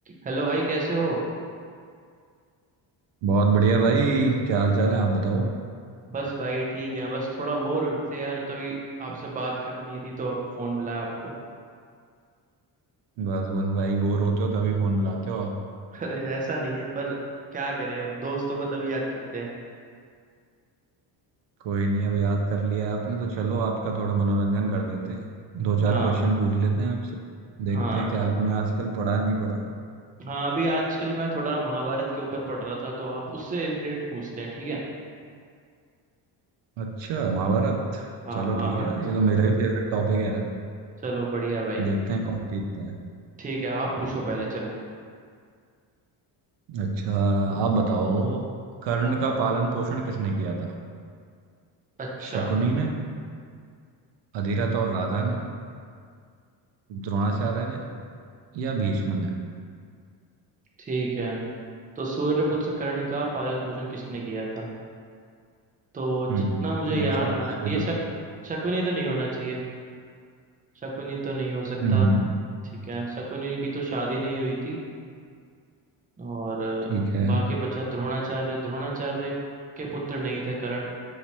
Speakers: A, on the right; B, on the right.
A: Hello भाई कैसे हो
B: बहुत बढ़िया भाई क्या हाल चाल है आप बताओ
A: बस भाई ठीक है बस थोड़ा बोर हो रहे थे यार तभी आपसे बात करनी थी तो अब फोन मिला आपको
B: बस बस भाई बोर होते हो तभी फोन मिलाते हो आप
A: <laughs> अरे ऐसा नहीं है पर क्या करें अब दोस्तों को तभी याद करते हैं
B: कोई नहीं अब याद कर लिया आपने तो चलो आपका थोड़ा मनोरंजन कर देते हैं दो चार
A: हाँ
B: क्वेश्चन पूछ लेते हैं आपसे देखते
A: हाँ
B: हैं कि आपने आजकल पढ़ा नहीं पढ़ा
A: हाँ अभी आजकल मैं थोड़ा महाभारत के ऊपर पढ़ रहा था तो आप उससे रिलेटेड पूछते हैं ठीक है
B: अच्छा महाभारत
A: हाँ
B: चलो
A: महाभारत
B: ठीक है ये तो मेरा भी फेवरेट टॉपिक है यार
A: चलो बढ़िया भाई
B: देखते हैं कौन जीतता है
A: ठीक है आप पूछो पहले चलो
B: अच्छा आप बताओ कर्ण का पालन पोषण किसने किया था
A: अच्छा
B: शकुनी ने अधिरथ और राधा ने द्रोणाचार्य ने या भीष्म ने
A: ठीक है तो सूर्यपुत्र कर्ण का पालन पोषण किसने किया था तो
B: हम्म
A: जितना मुझे याद
B: अच्छा
A: आ रहा
B: सूर्य
A: है ये शक शकुनी तो नहीं होना चाहिए शकुनी तो नहीं हो सकता
B: हम्म
A: ठीक है शकुनी की तो शादी नहीं हुई थी और
B: ठीक है
A: बाकी बचा द्रोणाचार्य द्रोणाचार्य के पुत्र नहीं थे कर्ण